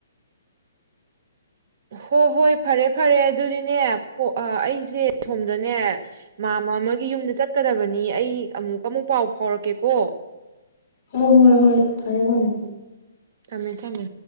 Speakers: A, on the right (about 40°); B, on the left (about 25°).
A: ꯍꯣ ꯍꯣꯏ ꯐꯔꯦ ꯐꯔꯦ ꯑꯗꯨꯗꯤꯅꯦ ꯑꯩꯁꯦ ꯁꯣꯝꯗꯅꯦ ꯃꯥꯃ ꯑꯃꯒꯤ ꯌꯨꯝꯗ ꯆꯠꯀꯗꯕꯅꯤ ꯑꯩ ꯑꯃꯨꯛ ꯑꯃꯨꯛ ꯄꯥꯎ ꯐꯥꯎꯔꯛꯀꯦꯀꯣ
B: ꯑꯣ ꯍꯣꯏ ꯍꯣꯏ ꯐꯔꯦ ꯐꯔꯦ
A: ꯎꯝ ꯎ ꯊꯝꯃꯦ ꯊꯝꯃꯦ